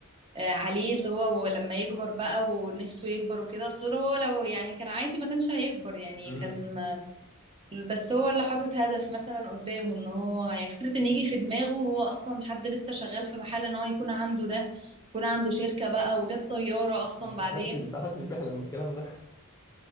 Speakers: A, on the right; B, on the left.
A: آه، عليه اللي هو لما يكبر بقى ونفسه يكبر وكده اصل هو لو يعني كان عادي ما كانش هيكبر يعني
B: امم
A: كان بس هو اللي حاطط هدف مثلا قدامه ان هو يعني فكرة ان يجي في دماغه هو اصلا حد لسه شغال في محل ان هو يكون عنده ده يكون عنده شركة بقى وجاب طيارة اصلا بعدين
B: محدش محدش بيحلم من الكلام ده